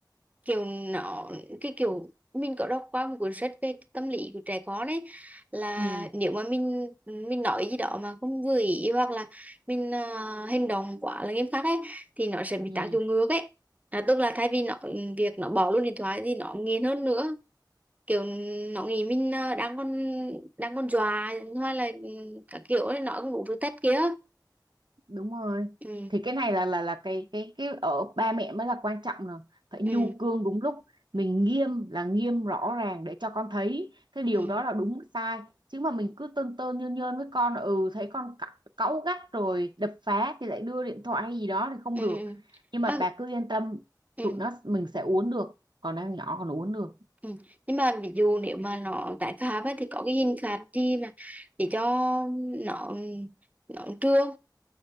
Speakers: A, on the right (about 20°); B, on the right (about 85°).
A: kiểu nó cái kiểu mình có đọc qua một cuốn sách về tâm lý của trẻ con ấy là
B: ừ
A: nếu mà mình mình nói gì đó mà không vừa ý hoặc là mình uh, hành động quá là nghiêm khắc ấy thì nó sẽ bị
B: ừ
A: tác dụng ngược ấy à, tức là thay vì nó việc nó bỏ luôn điện thoại thì nó nghiện hơn nữa kiểu nó nghĩ mình à, đang còn đang còn dọa hoặc là ừ, các kiểu ấy, nó cũng đủ thứ tết kia
B: đúng rồi
A: ừ
B: thì cái này là là là cái cái cái ở ba mẹ mới là quan trọng nè phải
A: ừ
B: nhu cương đúng lúc mình nghiêm là nghiêm rõ ràng để cho con thấy cái điều
A: ừ
B: đó là đúng sai chứ mà mình cứ tơn tơn nhơn nhơn với con ừ thấy con c- cáu gắt rồi đập phá thì lại đưa điện thoại hay gì đó thì không
A: ừ
B: được
A: ừ ừ.
B: nhưng mà
A: à,
B: bà cứ yên tâm
A: ừ
B: tụi nó mình sẽ uốn được còn đang nhỏ còn uốn được
A: Ừ. Nhưng mà ví dụ nếu mà nó tái phạm ấy, thì có cái hình phạt gì mà để cho nó nó trưa